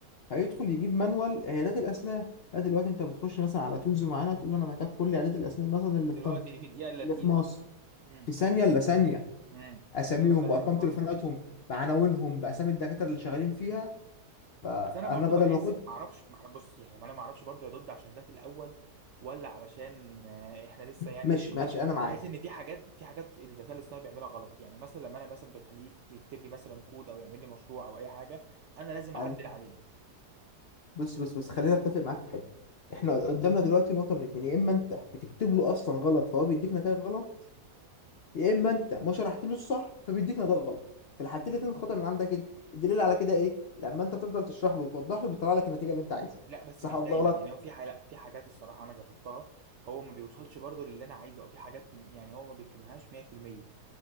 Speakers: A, on the left; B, on the right.
A: فيدخل يجيب مانوال عيادات الاسنان لا دلوقتي انت بتخش مثلا على تولز معانا تقول له انا محتاج كل عيادات الاسنان مثلا اللي في
B: دلوقتي
A: طنطا
B: في دقيقة الا
A: اللي
B: دقيقة
A: في مصر
B: ها؟ إمم.
A: في ثانيه الا ثانيه
B: امم
A: اساميهم
B: ثانيه لثانيه
A: بارقام
B: الموضوع
A: تليفوناتهم
B: بيخلص
A: بعناوينهم باسامي الدكاتره اللي شغالين فيها فانا
B: بس انا برضو
A: بدل
B: بحس
A: ما كنت
B: ما اعرفش ما أعرف- بص يعني ما انا ما اعرفش برضو يا دود عشان ده في الاول ولا علشان آه، احنا لسه يعني
A: ماشي
B: مش عارفين
A: ماشي انا معاك
B: بحس ان في حاجات في حاجات الذكاء الاصطناعي بيعملها غلط يعني مثلا لما انا مثلا بخليه يكتب لي مثلا كود او يعمل لي مشروع او اي حاجه انا لازم
A: قال
B: اعدل عليه
A: بص بص بص خلينا اتفق معاك في حته احنا قدامنا دلوقتي نقطه من اتنين يا اما انت بتكتب له اصلا غلط فهو بيديك نتائج غلط يا اما انت ما شرحتلوش صح فبيديك نتائج غلط في الحالتين الاثنين الخطا من عندك انت الدليل على كده ايه لما انت بتفضل تشرح له وتوضح له بيطلع لك النتيجه اللي انت عايزها
B: لا بس
A: صح
B: مش
A: ولا
B: دايما
A: غلط
B: يعني هو في حاجة لا في حاجات الصراحه انا جربتها هو ما بيوصلش برضو للي انا عايزه او في حاجات م- يعني هو ما بيفهمهاش 100%